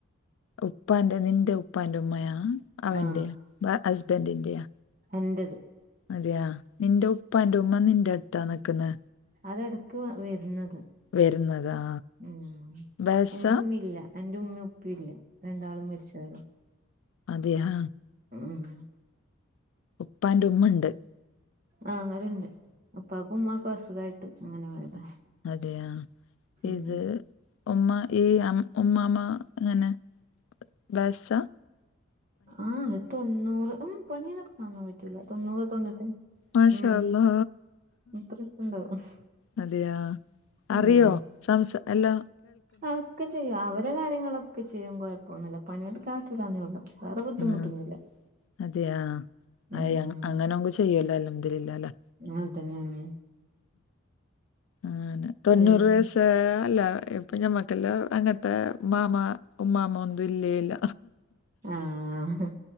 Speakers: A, on the left (about 65°); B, on the right (about 40°).
A: ഉപ്പാന്റെ നിന്റെ ഉപ്പാന്റെ ഉമ്മയാ അവന്റെ
B: ആ
A: ഹസ്ബൻറിന്റെയാ,
B: എന്റെത്,
A: അതെയാ, നിന്റെ ഉപ്പാന്റെ ഉമ്മ നിന്റെ അടുത്താ നിക്കുന്നെ?
B: അതെടക്ക് വരുന്നത്,
A: വരുന്നതാ
B: ഉം
A: ബേസ
B: എന്റെ ഉമ്മില്ല. എന്റെ ഉമ്മയും ഉപ്പി ഇല്ല രണ്ടാളും മരിച്ച് പോയതാ
A: അതെ യാ
B: ഉം ഉം
A: ഉപ്പാന്റെ ഉമ്മ ഉണ്ട്
B: ആഹ് അവരുണ്ട് ഉപ്പാക്കും ഉമ്മാക്കും അസുഖമായിട്ട് അങ്ങനെ വയുതാ
A: അതെയാ
B: ഉം
A: ഇത് ഉമ്മ ഈ ഉമ്മാമ എങ്ങനെ വാസ
B: ആഹ് തൊണ്ണൂറ് ഉം പണി നടക്കന്ന പറ്റൂല തൊണ്ണൂറ് തൊണ്ണൂറ്റി
A: മാഷാ
B: ഉം
A: അല്ലാ
B: അത്ര ഇപ്പ ഇണ്ടാവും
A: അതെയാ അറിയോ
B: ഉം
A: സംസ അല്ലാം
B: ഒക്ക ചെയ്യും അവരെ കാര്യങ്ങളൊക്കെ ചെയ്യും കുഴപ്പൊന്നുമില്ല പണിയെടുക്കാ പറ്റുല്ലന്നേ ഉള്ളൂ വേറെ ബുദ്ധിമുട്ടൊന്നുല്ല
A: ഉം അതെയാ അ
B: ഉം
A: അങ്ങനെങ് ചെയ്യല്ലോ അല്ലോ അൽഹംദുലില്ല
B: ആതന്നെ
A: ആന് തൊണ്ണൂറ്
B: പിന്നെ
A: വയസായഅല്ല കുഞമ്മക്കല്ല അങ്ങനത്തെ മാമ ഉമ്മാമ ഒന്നും ഇല്ലേല്ല
B: ആഹ്